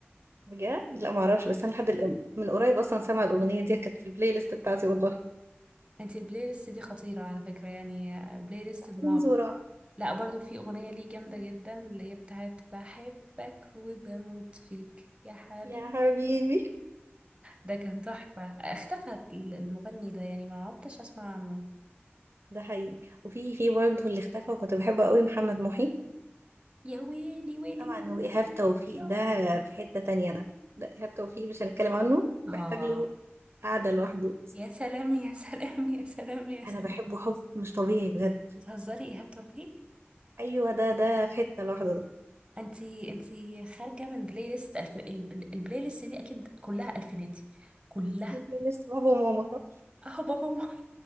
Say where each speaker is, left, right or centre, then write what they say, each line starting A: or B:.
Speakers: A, on the right; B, on the right.
A: بجد لا معرفش بس انا لحد الآن- من قريب اصلا سامعة الأغنية دي كانت في البلاي ليست بتاعتي والله
B: انتي البلاي ليست دي خطيره على فكره يعني بلاي ليست دمار
A: ينزل راح
B: لا برضو في أغنية ليه جامدة جدا اللي هي بتاعت بحبك وبموت فيك يا حبيبي
A: يا حبيبي
B: ده كان تحفة اختفى ال- المغني ده يعني ما عدتش أسمع عنه
A: ده حقيقي وفي في برضه اللي اختفى وكنت بحبه قوي محمد محي
B: يا ويلي ويلي
A: طبعا
B: ويلي
A: وإيهاب
B: ويلي
A: توفيق
B: ويلي يا
A: ده في حتة تانية ده ده إيهاب توفيق مش هنتكلم عنه محتاج
B: آه
A: له قعدة لوحده
B: يا سلام يا سلام يا سلام يا سلام
A: أنا بحبه حب مش طبيعي بجد
B: بتهزري يا إيهاب توفيق
A: أيوة ده ده في حتة لوحده ده
B: انتي انتي خارجة من بلاي ليست الف... الب- البلاي ليست دي أكيد كلها ألفيناتي كلها
A: يمكن لسه بابا وماما فاهمة؟
B: اه بابا ما.